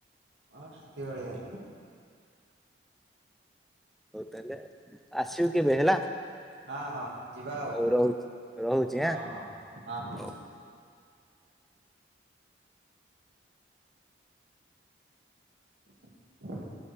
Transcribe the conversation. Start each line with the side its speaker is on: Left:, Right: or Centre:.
Right: ହଁ ହାତୀ ଭଳିଆ।
Centre: ହୋଉ ତାହେଲେ ଆସିବୁ କେବେ ହେଲା।
Right: ହଁ ହଁ ଯିବା ଆଉ
Centre: ହୋଉ ରୋହୁଚି ରୋହୁଚି
Right: ହଁ
Centre: ଆଁ
Right: ହଁ ହଁ ହଁ।
Centre: ହୋଉ।
Right: <inaudible>